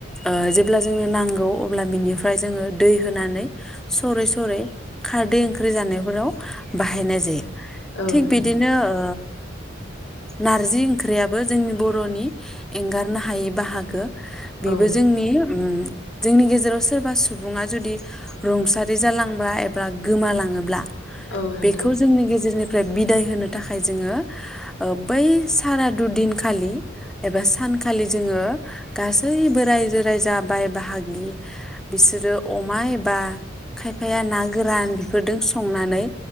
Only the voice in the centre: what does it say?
ओ जेब्ला जोंनो नांगौ अब्ला बिनिफ्राय जोङो दै होनानै सरै सरै खारदै ओंख्रि जानायफोराव बाहायनाय जायो
थिग
बिदिनो ओ नारजि ओंख्रियाबो जोंनि बर'नि एंगारनो हायै बाहागो बेबो
जोंनि जोंनि गेजेराव सोरबा सुबुङा जुदि रुंसारि जालांबा एबा गोमालां ङोब्ला
बेखौ जोंनि गेजेरनि फ्राय बिदाय होनो थाखाय जोङो बै सारादुदिनखालि एबा सानखालि जोङो गासैबो रायजो राजा बाय बाहागि बिसोरो अमा एबा खायफाया ना गोरान बेफोरदों संनानै